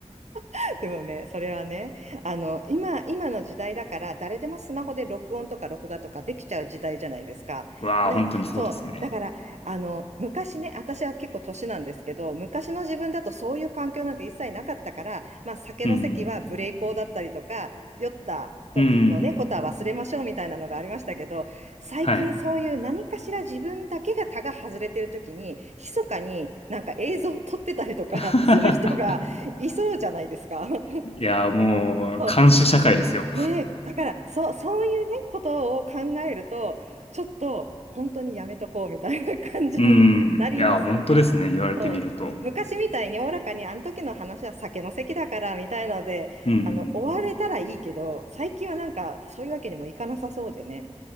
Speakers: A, on the right; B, on the left.
A: <laughs> でもね、それはね、あの、今、今の時代だから、誰でもスマホで録音とか録画とかできちゃう時代じゃないですか。
B: うわあ、
A: ね、
B: 本当にそうですね。
A: そう。だから、あの、昔ね、私は結構年なんですけど、昔の自分だとそういう環境なんて一切なかったから、まあ、酒の席は無礼講だったりとか、
B: うん、
A: 酔った時のね、
B: うん、う
A: ことは忘れましょうみたいなのがありましたけど、
B: ん、
A: 最近そういう何かしら自分だけが他が外れてる時に、
B: はい。
A: 密かになんか映像を撮ってたりとか
B: <laughs>
A: <laughs> する人が、いそうじゃないですか。<laughs>
B: いやー、もう、
A: そう。
B: 監視社会ですよ。
A: ねえ、だから、そう、そういうね、ことを考えると、ちょっと、本当にやめとこうみたいな感じになりますよね。
B: うん、いやー、本当ですね。言われてみると。
A: そう。昔みたいにおおらかに、あの時の話は酒の席だからみたいなので、
B: うん。
A: あの、終われたらいいけど、最近はなんか、そういうわけにもいかなさそうでね。